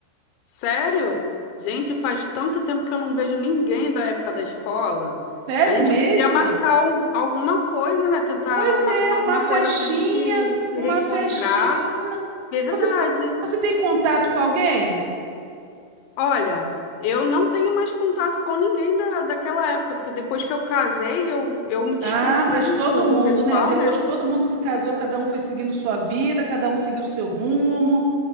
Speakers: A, on the left; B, on the right.
A: Sério? Gente, faz tanto tempo que eu não vejo ninguém da época da escola.
B: Sério
A: A gente
B: mesmo?
A: podia marcar um- alguma coisa, né? Tentar
B: Pois
A: marcar
B: é,
A: alguma
B: uma festinha,
A: coisa para a gente se
B: uma
A: reencontrar.
B: festinha.
A: Verdade.
B: Você, você tem contato com alguém?
A: Olha, eu não tenho mais contato com ninguém da, daquela época, porque depois que eu casei, eu, eu me distanciei
B: Ah, mas todo
A: do,
B: mundo,
A: do pessoal,
B: né? Depois
A: né?
B: que todo mundo se casou, cada um foi seguindo sua vida, cada um seguiu seu rumo.